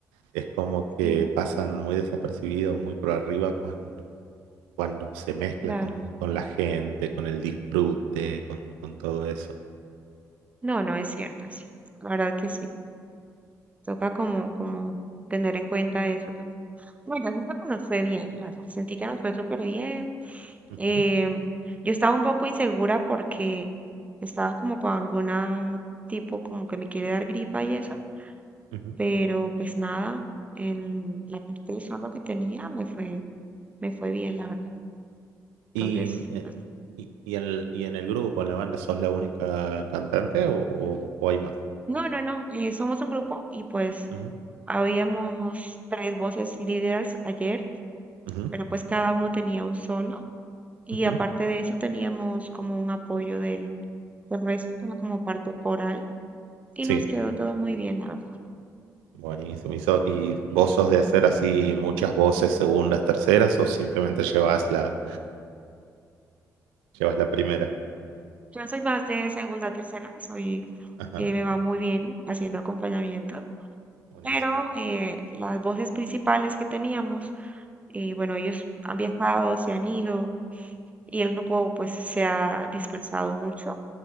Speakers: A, on the right; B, on the right.
A: es como que
B: sí,
A: pasan muy desapercibidos, muy por arriba cuando, cuando se mezcla
B: claro.
A: con, con la gente, con el disfrute, con, con todo eso.
B: No, no es cierto, es cierto. La verdad que sí. Toca como, como tener en cuenta eso también. Bueno, la que nos fue bien, la verdad. Sentí que nos fue súper bien.
A: Ujú,
B: Em, yo estaba un poco insegura porque estaba como con alguna tipo como que me quiere dar gripa y eso,
A: ujú.
B: pero pues nada, en la parte de salud que tenía me fue Me fue bien, la verdad. Entonces,
A: Y, eh,
B: pues, no.
A: y, y en el, y en el grupo, en la banda, ¿sos la única cantante o, o- o hay más?
B: No, no, no, eh, somos un grupo y pues
A: Ujú,
B: habíamos tres voces líderes ayer,
A: ujú,
B: pero pues cada uno tenía un solo y
A: ujú.
B: aparte de eso teníamos como un apoyo del, del resto, como, como parte coral y
A: Sí.
B: nos quedó todo muy bien, la verdad.
A: Buenísimo. ¿Y, so- y vos sos de hacer así muchas voces, segundas, terceras, o simplemente llevas la, llevas la primera?
B: Yo soy más de segunda, tercera, soy,
A: Ajá,
B: eh, me va muy bien haciendo acompañamiento,
A: buenísimo.
B: pero eh, las voces principales que teníamos, eh, bueno, ellos han viajado, se han ido y el grupo pues se ha dispersado mucho.